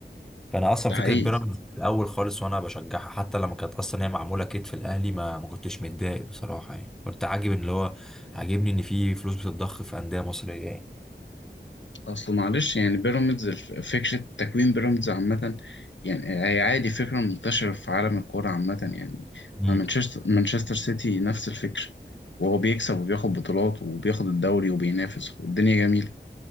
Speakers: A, in the centre; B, on the left.
A: فانا اصلا
B: ده
A: فكره
B: حقيقي
A: بيراميدز في الاول خالص وانا بشجعها حتى لما كانت اصلا هي معموله كتف الاهلي ما ما كنتش متضايق بصراحه يعني كنت عاجب اللي هو عاجبني ان في فلوس بتتضخ في انديه مصريه يعني
B: اصل معلش يعني بيراميدز الف- فكرة تكوين بيراميدز عامة يعني هي عادي فكرة منتشرة في عالم الكورة عامة يعني
A: امم
B: مع مانشستر مانشستر سيتي نفس الفكرة وهو بيكسب وبياخد بطولات وبياخد الدوري وبينافس والدنيا جميلة